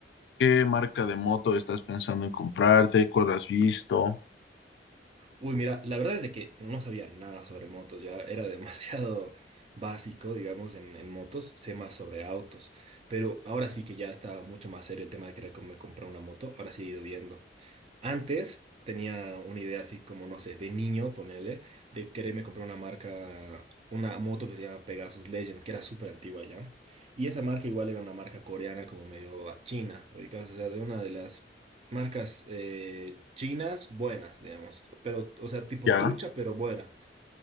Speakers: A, on the left (about 70°); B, on the right (about 35°).
A: qué marca de moto estás pensando en comprarte? ¿Cuál has visto?
B: Uy, mira, la verdad es de que no sabía nada sobre motos, ya era demasiado <laughs> básico, digamos, en, en motos, sé más sobre autos, pero ahora sí que ya está mucho más serio el tema de querer com- comprar una moto, ahora sí he ido viendo. Antes tenía una idea así como, no sé, de niño, ponele, de quererme comprar una marca, una moto que se llama Pegasus Legend, que era súper antigua ya. Y esa marca igual era una marca coreana como medio a- china, ubicás, o sea, de una de las marcas eh, chinas buenas, digamos, pero, o sea, tipo
A: Ya.
B: trucha, pero buena.